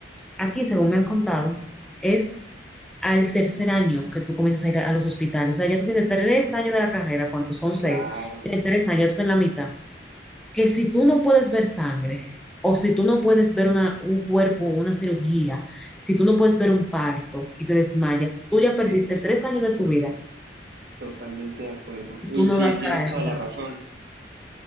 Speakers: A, in the centre; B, on the right.
A: Aquí, según me han contado, es al tercer año que tú comienzas a ir a los hospitales. O sea, ya tú tienes tres años de la carrera, cuando son seis,
B: claro,
A: tienes tres años, tú estás en la mitad que si tú no puedes ver sangre, o si tú no puedes ver una, un cuerpo, una cirugía, si tú no puedes ver un parto y te desmayas, tú ya perdiste
B: exacto,
A: tres años de tu vida
B: totalmente de acuerdo.
A: si
B: Uy,
A: tú no
B: sí,
A: das
B: tienes
A: para eso
B: toda la
A: realmente.
B: razón.